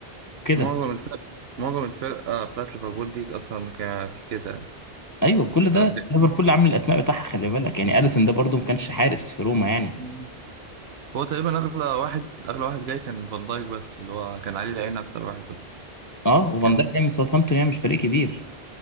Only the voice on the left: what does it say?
كده
ايوه كل ده
ليفربول اللي عامل الاسماء بتاعها خلي بالك يعني اليسون ده برضه ما كانش حارس في روما يعني
اه وفان
دايك جاي من ساوثهامبتون يعني مش فريق كبير